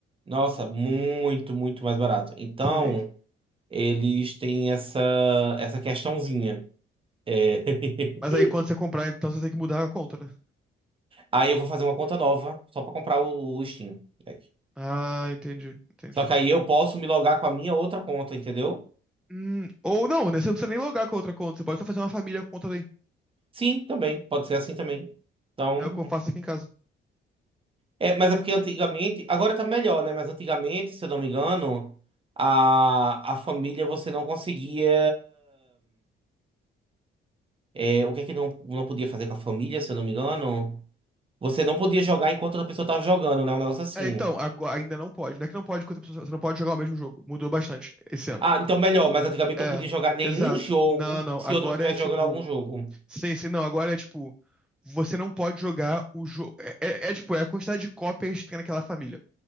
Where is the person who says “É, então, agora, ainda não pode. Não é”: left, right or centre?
Centre